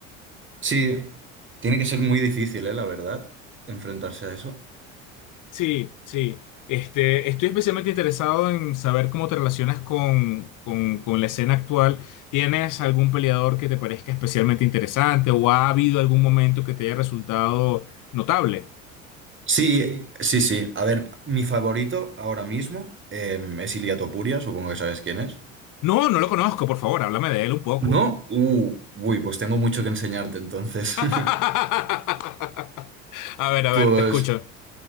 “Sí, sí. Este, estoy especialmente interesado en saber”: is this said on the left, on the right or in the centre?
Left